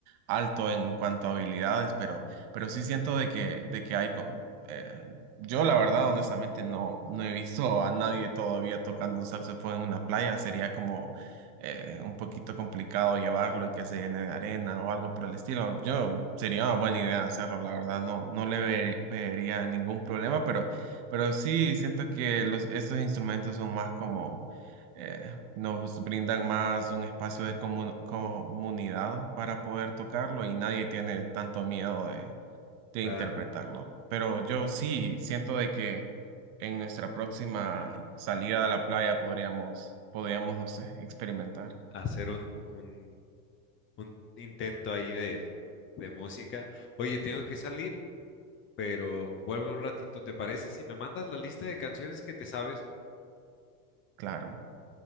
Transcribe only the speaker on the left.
Claro,
hacer un, un, un intento ahí de, de música. Oye, tengo que salir, pero vuelvo un ratito. ¿Te parece si me mandas la lista de canciones que te sabes